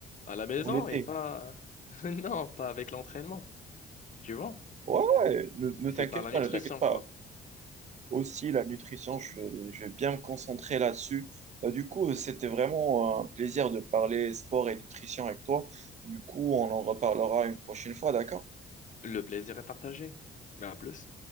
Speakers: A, on the left; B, on the right.
A: à la maison
B: pour l'été.
A: et pas... <laughs> Non, pas avec l'entraînement, tu vois.
B: Ouais, ouais, ne, ne t'inquiète
A: C'est par la
B: pas,
A: nutrition,
B: ne t'inquiète pas.
A: quoi.
B: aussi la nutrition, je vais, je vais bien me concentrer là-dessus. Euh, du coup, euh, c'était vraiment un plaisir de parler sport et nutrition avec toi. Du coup, on en reparlera une prochaine fois, d'accord?
A: Le plaisir est partagé. Mais à plus.